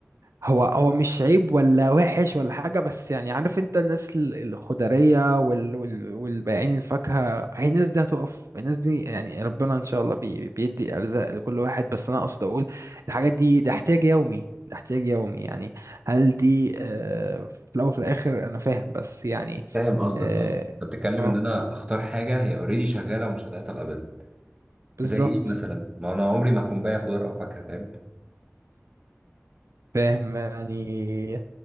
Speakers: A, on the right (about 80°); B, on the right (about 20°).
A: هو هو مش عيب ولا وحش ولا حاجة بس يعني عارف انت الناس ال- الخضرية وال وال والبائعين الفاكهة هي الناس دي هتقف الناس دي يعني ربنا ان شاء الله بي بيدي ارزاق لكل واحد بس انا اقصد اقول الحاجات دي ده احتياج يومي ده احتياج يومي يعني هل دي آه في الاول وفي الاخر انا فاهم بس يعني
B: فاهم قصدك
A: اه
B: اه انت بتتكلم
A: آه،
B: ان انا اختار حاجه هي اوريدي شغاله ومش هتعطل ابدا
A: بالظبط
B: زي ايه مثلا ما انا عمري ما هكون بايع خضار او فاكهه فاهم
A: فاهم يعني